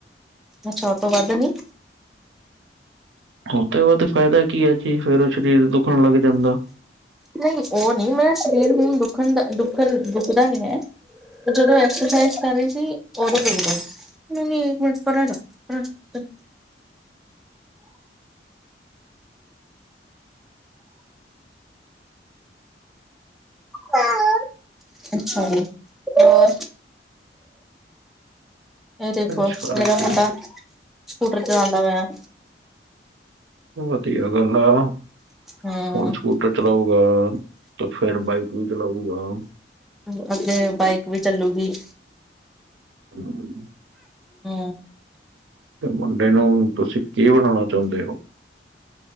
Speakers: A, in the centre; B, on the right.
A: ਅੱਛਾ ਓ ਤੋ ਵੱਧ ਨੀ?
B: ਉਹ ਤੇ ਬਾਅਦ ਫਾਇਦਾ ਕੀ ਹੈ ਜੀ, ਫੇਰ ਉਹ ਸਰੀਰ ਦੁੱਖਣ ਲੱਗ ਜਾਦਾ।
A: ਨਹੀ ਉਹ ਨਹੀ ਮੇਰਾ ਸਰੀਰ ਨੂੰ ਦੁਖਣ ਦਾ ਦੁੱਖਣ ਦੁਖਦਾ ਨਹੀ ਹੈ ਜਦੋ ਐਕਸਰਸਾਈਜ਼ ਕਰ ਰਹੀ ਸੀ, ਉਦੋ ਦੁਖਦਾ। ਨਹੀ-ਨਹੀ ਇਕ ਮਿੰਟ ਪਰਾਂ ਹਟ, ਪਰਾ ਹਟੋ। ਹ <inaudible> ਅੱਛਾ ਜੀ, ਹੋਰ? ਇਹ ਦੇਖੋ
B: ਇਸ ਕਰਕੇ
A: ਮੇਰਾ ਮੁੰਡਾ, ਸਕੂਟਰ ਚਲਾਂਦਾ ਪਿਆ।
B: ਵਧੀਆ ਗੱਲ ਆ।
A: ਹੂੰ
B: ਹੁਣ ਸਕੂਟਰ ਚਲਾਉਗਾ ਤੇ ਫੇਰ ਬਾਈਕ ਵੀ ਚਲਾਊਗਾ।
A: ਹੁਣ ਅੱਗੇ ਬਾਈਕ ਵੀ ਚੱਲੂਗੀ।
B: ਹੂ।
A: ਹੂੰ।
B: ਤੇ ਮੁੰਡੇ ਨੂੰ ਤੁਸੀਂ ਕੀ ਬਣਾਉਣਾ ਚਾਹੁੰਦੇ ਹੋ?